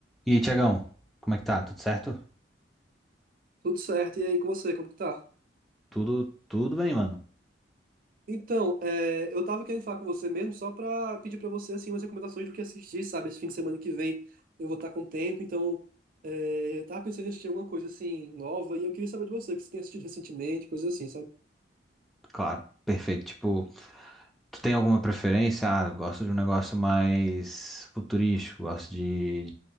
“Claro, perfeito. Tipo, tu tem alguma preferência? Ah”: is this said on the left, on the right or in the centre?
Centre